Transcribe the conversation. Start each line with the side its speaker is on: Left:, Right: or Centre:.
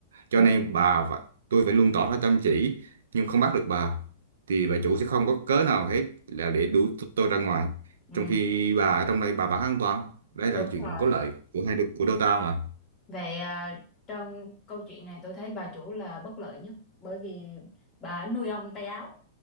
Right: Cho
Left: đúng
Right: nên bà và tôi phải luôn tỏ ra chăm chỉ nhưng không bắt được bà thì bà chủ sẽ không có cớ nào hết là để đuổi t- tôi ra ngoài.
Left: ừ,
Right: Trong khi bà ở trong đây bà vẫn an toàn. Đây
Left: đúng
Right: là chuyện
Left: rồi
Right: có lợi của hai đứa của đôi ta mà.
Left: vậy à, trong câu chuyện này tôi thấy bà chủ là bất lợi nhất bởi vì bà nuôi ong tay áo